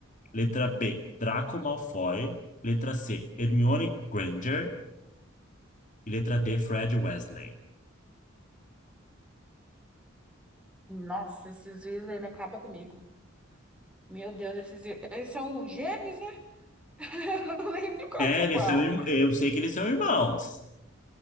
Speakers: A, on the left; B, in the centre.
A: Letra B, Draco Malfoy. Letra C, Hermione Granger. E letra D, Fred Wesley.
B: Nossa, esses Weasley me acaba comigo. Meu Deus, esses... eles são gêmeos, né? <laughs> Eu não lembro qual
A: É,
B: que é
A: eles
B: qual.
A: são, irm- eu sei que eles são irmãos.